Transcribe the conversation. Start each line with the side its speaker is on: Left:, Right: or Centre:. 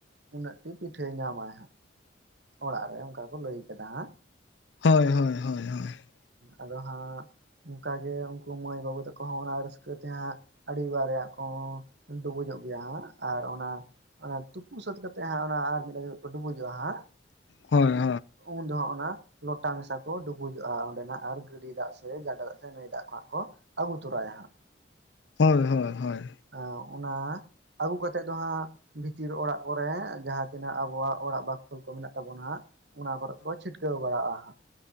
Right: ᱩᱱᱟᱹᱜ ᱴᱤ ᱯᱤᱴᱷᱟᱹᱭ ᱧᱟᱢᱟᱭ ᱦᱟᱸᱜ᱾ ᱚᱲᱟᱜ ᱨᱮ ᱚᱱᱠᱟ ᱠᱚ ᱞᱟᱹᱭ ᱠᱟᱫᱟ ᱦᱟᱸᱜ᱾
Left: ᱦᱳᱭ ᱦᱳᱭ ᱦᱳᱭ ᱦᱳᱭ ᱦᱳᱭ
Right: ᱟᱫᱚ ᱦᱟᱸᱜ ᱚᱝᱠᱟᱜᱮ ᱩᱝᱠᱩ ᱢᱟᱹᱭ ᱵᱟᱹᱵᱩ ᱛᱟᱠᱚ ᱦᱚᱸ ᱚᱱᱟ ᱨᱟᱹᱥᱠᱟᱹ ᱛᱮ ᱦᱟᱸᱜ ᱟᱹᱰᱤ ᱵᱟᱜ ᱨᱮᱭᱟᱜ ᱠᱚ ᱰᱩᱵᱩᱡᱚᱜ ᱜᱮᱭᱟ ᱦᱟᱸᱜ, ᱟᱨ ᱚᱱᱟ ᱚᱱᱟ ᱛᱩᱯᱩ ᱥᱟᱹᱛ ᱠᱟᱛᱮᱫ ᱦᱟᱸᱜ ᱚᱱᱟ ᱟᱨ ᱢᱤᱫ ᱫᱷᱟᱣ ᱡᱚᱠᱷᱚᱡ ᱠᱚ ᱰᱩᱵᱩᱡᱚᱜ-ᱟ ᱦᱟᱸᱜ,
Left: ᱦᱮᱸ
Right: ᱩᱱ ᱫᱚ ᱦᱟᱸᱜ ᱚᱱᱟ ᱞᱚᱴᱟ ᱢᱮᱥᱟ ᱠᱚ ᱰᱩᱵᱩᱡᱚᱜ-ᱟ, ᱚᱸᱰᱮ ᱱᱟᱜ ᱟᱨ ᱜᱟᱹᱰᱭᱟᱹ ᱫᱟᱜ ᱥᱮ ᱜᱟᱰᱟ ᱫᱟᱜ ᱥᱮ ᱱᱟᱹᱭ ᱫᱟᱜ ᱠᱚᱦᱟᱜ ᱠᱚ ᱟᱹᱜᱩ ᱛᱚᱨᱟᱭᱟ ᱦᱟᱸᱜ,
Left: ᱦᱳᱭ ᱦᱳ ᱚ ᱦᱳᱭ
Right: ᱟᱸ ᱚᱱᱟ ᱟᱹᱜᱩ ᱠᱟᱛᱮᱫ ᱫᱚ ᱦᱟᱸᱜ, ᱵᱷᱤᱛᱤᱨ ᱚᱲᱟᱜ ᱠᱚᱨᱮ, ᱡᱟᱦᱟᱸ ᱛᱤᱱᱟᱹᱜ ᱟᱵᱚᱣᱟᱜ ᱚᱲᱟᱜ ᱵᱟᱠᱷᱳᱞ ᱠᱚ ᱢᱮᱱᱟᱜ ᱛᱟᱵᱚᱱ ᱦᱟᱸᱜ ᱚᱱᱟ ᱠᱚᱨᱮᱜ ᱠᱚ ᱪᱷᱤᱴᱠᱟᱹᱣ ᱵᱟᱲᱟᱣ-ᱟ ᱦᱟᱸᱜ,